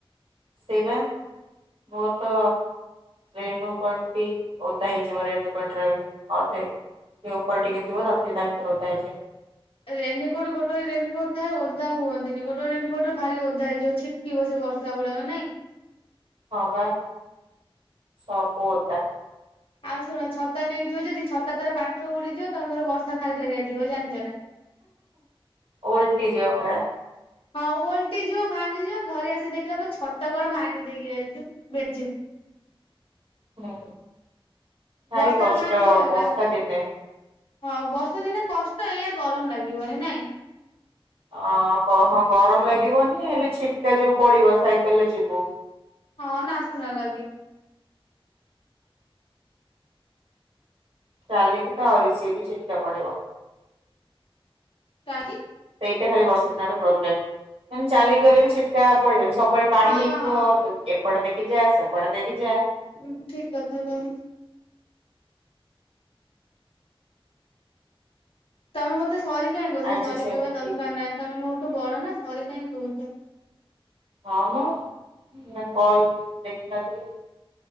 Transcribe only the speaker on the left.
ରେନକୋଟ୍ ଗୋଟେ ରେନକୋଟ ଏ ଓଦା ହୁଅନ୍ତିନି ଗୋଟେ ରେନକୋଟରେ ଭାରି ଓଦା ହେଇଯିବ ଅଛି। କିିବ ସେ ବର୍ଷା ଗୁଡାକ ନାଇଁ।
ଆଉ ଶୁଣ ଛତା ନେଇିଯିବ ଯଦି ତା ତାର ବାଟରେ ଉଡିଯିବ ତମେର ବର୍ଷା ଖାଇ ଖାଇଆଯିବ ଜାଣିଛ ନା
ହଁ ଓଲଟି ଯିବ ଭାଙ୍ଗିଯିବ ଘରେ ଆସି ଦେଖିଲ ଛତ କଣ ଭାଙ୍ଗି ଦେଇକି ଯାଇଛୁ ଭେଜଜି
ବର୍ଷାରେ
ଭାଙ୍ଗିଗଲା
ହଁ ବର୍ଷା ଦିନେ କଷ୍ଟ ଏଇୟ ଗରମ ଲାଗିବନି ନାଇଁ
ହଁ ନାସନା ଲାଗେ
କାକି
ହଁ
ହଁ
ଉଁ ଠିକ କଥା କହିଛି ତମେ ମତେ ସରି କାହିଁ କହୁଛ
ସରି
କହିବା ଦରକାର ନାହିଁ ତମେ ମୋଠୁ ବଡ ନା ସରି କାହିଁ କହୁଛ